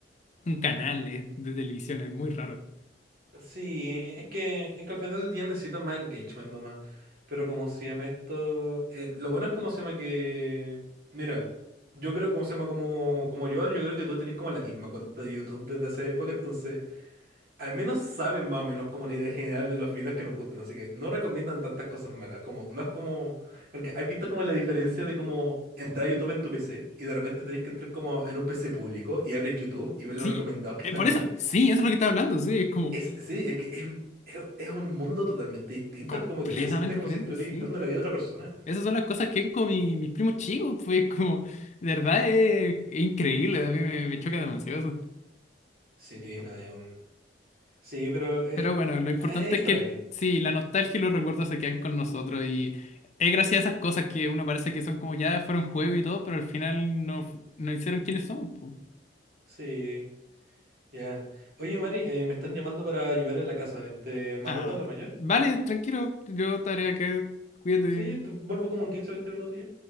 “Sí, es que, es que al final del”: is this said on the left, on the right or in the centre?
Right